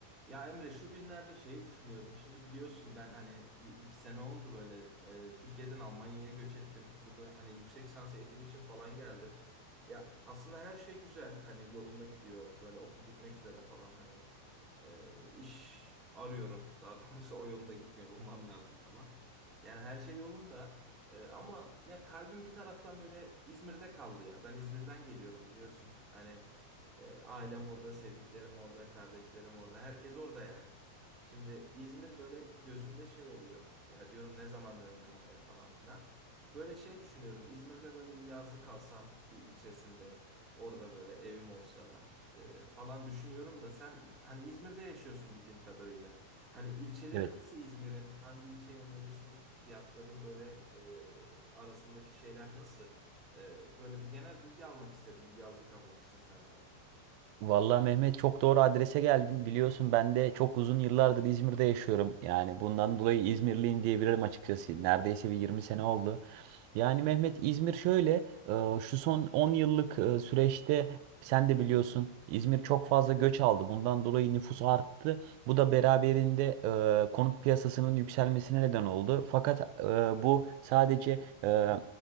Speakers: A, on the right; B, on the right.
A: Ya Emre şu günlerde şeyi düşünüyorum. Şimdi biliyorsun ben hani bir iki sene oldu böyle e, Türkiye'den Almanya'ya göç ettim. Burada hani yüksek lisans eğitimi için falan geldim. Ya aslında her şey güzel hani yolunda gidiyor. Böyle okul bitmek üzere falan hani e, iş arıyorum. Daha <laughs> doğrusu o yolunda gitmiyor bulmam lazım falan. Yani her şey yolunda. E, ama ya kalbim bir taraftan böyle İzmir'de kaldı ya. Ben İzmir'den geliyorum biliyorsun. Hani e, ailem orada, sevdiklerim orada, kardeşlerim orada, herkes orada yani. Şimdi İzmir böyle gözümde şey oluyor. Ya diyorum ne zaman döneceğim oraya falan filan. Böyle şey düşünüyorum. İzmir'de böyle bir yazlık alsam bir ilçesinde orada böyle evim olsa e, falan düşünüyorum da sen hani İzmir'de yaşıyorsun bildiğim kadarıyla. Hani ilçeleri
B: Evet.
A: nasıl İzmir'in? Hangi ilçeyi önerirsin? Fiyatların böyle e, arasındaki şeyler nasıl? E, böyle bir genel bilgi almak istedim bir yazlık almak için senden.
B: Vallahi Mehmet çok doğru adrese geldin. Biliyorsun ben de çok uzun yıllardır İzmir'de yaşıyorum. Yani bundan dolayı İzmirliyim diyebilirim açıkçası. Neredeyse bir 20 sene oldu. Yani Mehmet İzmir şöyle e, şu son 10 yıllık e, süreçte sen de biliyorsun İzmir çok fazla göç aldı. Bundan dolayı nüfus arttı. Bu da beraberinde e, konut piyasasının yükselmesine neden oldu. Fakat e, bu sadece e,